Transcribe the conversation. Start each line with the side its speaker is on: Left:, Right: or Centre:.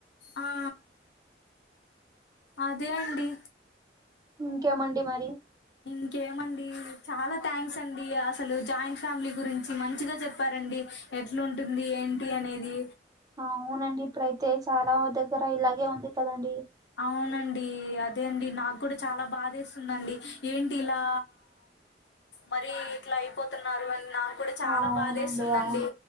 Left: ఆ అదే అండి
Right: ఇంకే మండి మరి
Left: ఇంకేమండి చాలా థ్యాంక్స్ అండి అసలు జాయింట్ ఫ్యామిలీ గురించి మంచిగా చెప్పారండి ఎట్లుంటుంది ఏంటి అనేది
Right: అవునండి ఇప్పుడైతే చాలా దగ్గర ఇలాగే ఉంది కదండి
Left: అవునండి అదే అండి నాకు కూడా చాలా బాధేస్తుందండి ఏంటి ఇలా మరి ఇట్లా అయిపోతున్నారు అని నాకు కూడా చాలా
Right: అవునండి
Left: బాధేస్తుందండి
Right: అవును